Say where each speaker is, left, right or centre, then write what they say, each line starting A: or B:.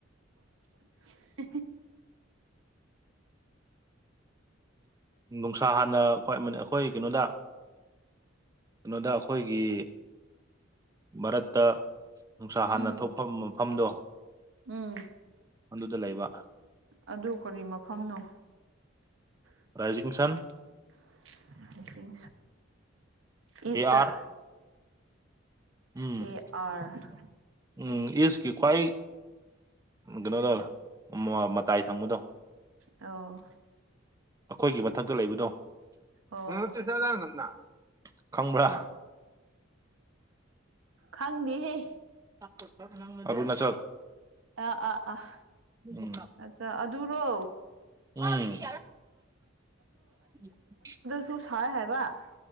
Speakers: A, on the right (about 85°); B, on the right (about 20°).
A: <unintelligible>
B: ꯅꯨꯡꯁꯥ ꯍꯥꯟꯅ ꯈ꯭ꯋꯥꯏ ꯃꯅ ꯑꯩꯈꯣꯏ ꯀꯩꯅꯣꯗ ꯀꯩꯅꯣꯗ ꯑꯩꯈꯣꯏꯒꯤ ꯃꯔꯛꯇ ꯅꯨꯡꯁꯥ ꯍꯥꯟꯅ
A: ꯎꯝ
B: ꯊꯣꯛꯐꯝ ꯃꯐꯝꯗꯣ
A: ꯎꯝ
B: ꯑꯗꯨꯗ ꯂꯩꯕ
A: ꯑꯗꯨ ꯀꯔꯤ ꯃꯐꯝꯅꯣ <unintelligible>
B: ꯔꯥꯏꯖꯤꯡ ꯁꯟ
A: ꯏꯖꯗ
B: ꯑꯦ ꯑꯥꯔ ꯎꯝ <unintelligible>
A: ꯑꯦ ꯑꯥꯔ
B: ꯎꯝ ꯑꯦꯁꯀꯤ ꯈ꯭ꯋꯥꯏ ꯎꯝ ꯀꯩꯅꯣꯗ ꯃꯨꯋꯥ ꯃꯇꯥꯏ ꯊꯪꯕꯗꯣ
A: ꯑꯣ
B: ꯑꯥꯈꯣꯏꯒꯤ ꯃꯊꯛꯇ ꯂꯩꯕꯗꯣ <unintelligible>
A: ꯑꯣ
B: ꯈꯪꯕ꯭ꯔꯥ
A: ꯈꯪꯗꯦꯍꯦ
B: <unintelligible> ꯑꯥꯔꯨꯅꯥꯆꯜ
A: ꯑꯥ ꯑꯥ ꯑꯥ
B: ꯎꯝ
A: ꯑꯠꯆꯥ ꯑꯗꯨꯔꯣ
B: ꯎꯝ <unintelligible>
A: ꯇꯨ ꯁꯥꯏ ꯍꯥꯏꯕ